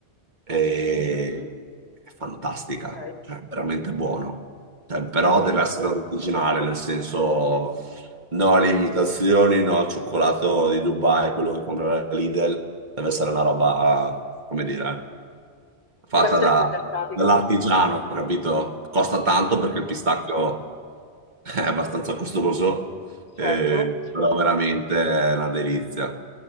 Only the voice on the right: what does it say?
E...
È fantastica,
cioè veramente buono. Cioè, però
deve essere originale, nel senso no alle imitazioni, no al cioccolato di Dubai, quello che compra la Lidl. Deve essere una roba, come dire fatta
da-
dall'artigiano, capito? Costa tanto
perché il pistacchio è abbastanza costoso, eh,
però veramente è una delizia.